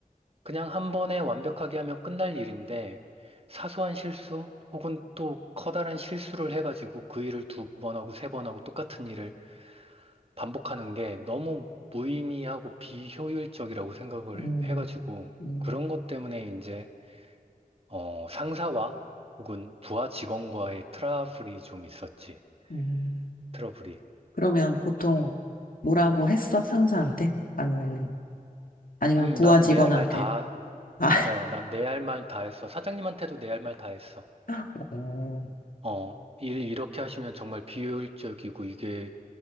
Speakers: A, on the right; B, on the left.
A: 그냥 한 번에 완벽하게 하면 끝날 일인데, 사소한 실수 혹은 또 커다란 실수를 해가지고 그 일을 두 번 하고 세 번 하고 똑같은 일을 반복하는 게 너무 무의미하고 비효율적이라고 생각을
B: 음,
A: 해가지고
B: 음,
A: 그런 것 때문에 이제, 어, 상사와 혹은 부하 직원과의 트러블이 좀 있었지.
B: 음.
A: 트러블이.
B: 그러면 보통
A: 그래.
B: 뭐라고 했어? 상사한테? 아니면, 아니면
A: 음,
B: 부하
A: 나는
B: 직원한테?
A: 내 할 말 다,
B: 아,
A: 어, 난 내 할 말 다 했어. 사장님한테도 내 할 말 다 했어.
B: <laughs> 어,
A: 어, 일 이렇게 하시면 정말 비효율적이고 이게